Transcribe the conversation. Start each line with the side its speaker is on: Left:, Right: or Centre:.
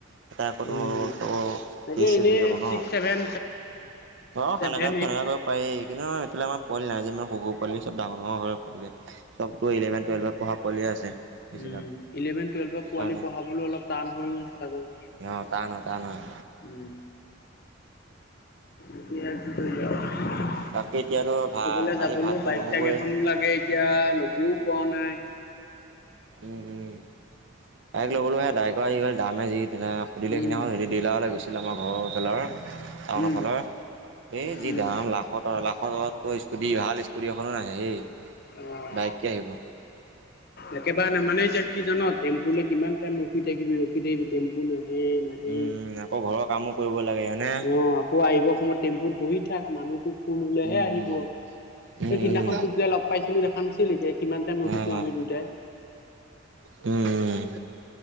Right: <inaudible> কেচ
Left: উম, তাকে
Right: চেচ
Left: এনেই
Right: হৈ যাব ন?
Left: ছিক্স ছেভেন
Right: অ'
Left: ছেভেন
Right: সেনেকুৱাত তেনেকুৱা
Left: এইট
Right: কৰিব পাৰি, কিন্তু এইফালে আমাৰ পোৱালি নাই যে ইমান সৰু সৰু পোৱালি, চব ডাঙৰ ডাঙৰ <unintelligible> ‌ পোৱালি, চবতো ইলেভেন টুৱেলভত পঢ়া পোৱালীয়ে আছে। বেছিভাগ
Left: উম, ইলেভেন টুৱেল্ভৰ
Right: সেইকাৰণে।
Left: পোৱালি পঢ়াবলৈ অলপ টান হয় চাগৈ!
Right: অ, টান হয়, টান হয়।
Left: উম এতিয়া কি কৰিবা আও,
Right: বাকী এতিয়াতো ভাত
Left: সেইফালে
Right: আজি
Left: যাবলৈও
Right: ভাতটো
Left: বাইক
Right: নহ'বই
Left: চাইক এখন লাগে। এতিয়া ল'বও পৰা নাই।
Right: উম, উম। বাইক ল'বলৈ সেয়া বাইকৰ যি ডাল দাম হে যি দিলাৰৰ, সুধিলে
Left: উম,
Right: সিনাখন ৰেত ডিলাৰলৈ গৈছিল আমাৰ ঘৰৰ ওচৰৰ ল'ৰা, টাউনৰফালে,
Left: উম,
Right: এই যি
Left: উম,
Right: দাম লাখ <unintelligible> লাখৰ তলত তোৰ স্কুটি ভাল স্কুটি এখনো নাহে হেই,
Left: অ'।
Right: বাইক কি আহিব?
Left: একেবাৰে নামানে এতিয়া কি জান, টেম্পুলৈ কিমান টাইম ৰখি থাকিবি ৰ খি থাকিবি, টেম্পু নাহে, নাহে,
Right: উম আকৌ ঘৰৰ কামো কৰিব লাগে হয়নে
Left: অ। তোৰ আহিবৰ সময়ত টেম্পুত বহি থাক, মানুহতো ফুল হ'লেহে
Right: উম
Left: আহিব।
Right: উম
Left: সেই
Right: উম
Left: সিদিনাখন
Right: উম
Left: তোক যে লগ পাইছিলো দেখা নাছিলি, কিমান টাইম ৰখিছো
Right: অ
Left: আমি
Right: অ
Left: দুট
Right: উম,